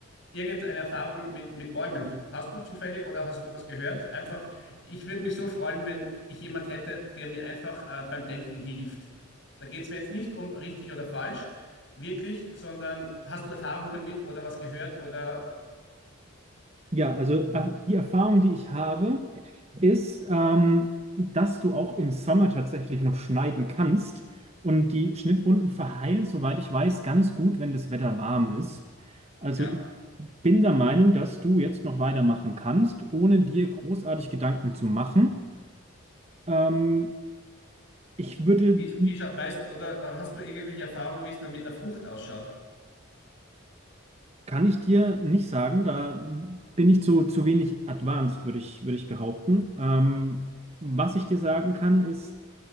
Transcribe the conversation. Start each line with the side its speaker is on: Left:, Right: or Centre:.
Left: irgendeine Erfahrung mit, mit Bäumen? Hast du zufällig oder hast du was gehört? Einfach, ich würde mich so freuen, wenn ich jemand hätte, der mir einfach äh, beim Denken hilft. Da geht es mir jetzt nicht um richtig oder falsch, wirklich, sondern hast du Erfahrung damit oder was gehört oder
Right: Ja, also äh, die Erfahrung, die ich habe, ist, ähm, dass du auch im Sommer tatsächlich noch schneiden kannst. Und die Schnittwunden verheilen, soweit ich weiß, ganz gut, wenn das Wetter warm ist. Also
Left: ja,
Right: ich bin der Meinung, dass du jetzt noch weitermachen kannst, ohne dir großartig Gedanken zu machen. Ähm, ich würde,
Left: wie, wie scha- weißt oder äh, hast du irgendwelche Erfahrungen, wie es dann mit der Frucht ausschaut?
Right: kann ich dir nicht sagen, da bin ich zu, zu wenig advanced, würde ich, würde ich behaupten. Ähm, was ich dir sagen kann, ist,